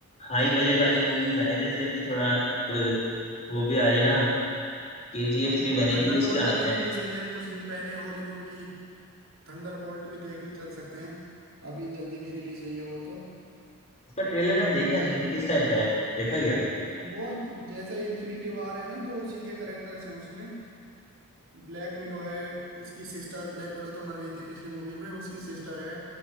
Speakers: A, on the left; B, on the right.
A: हाई बजट वाली मूवीज आए जैसे अभी थोड़ा एक वो भी आ रही है ना के जी
B: अभी
A: एफ थ्री बनेगी
B: थंडरबोल्ट
A: उसके
B: अभी
A: आते
B: रिलीज
A: हैं
B: हुई है कुछ दिन पहले हॉलीवुड की थंडरबोल्ट भी देखने चल सकते हैं अभी जल्दी में रिलीज हुई है वो तो
A: उसका ट्रेलर मैंने देखा नहीं किस टाइप का है देखा क्या
B: वो जैसे इन्फिनिटी वॉर है ना तो उसी के करेक्टर्स हैं उसमें ब्लैक विडो है उसकी सिस्टर ब्लैक विडो तो मर गई थी पिछली मूवी में उसकी सिस्टर है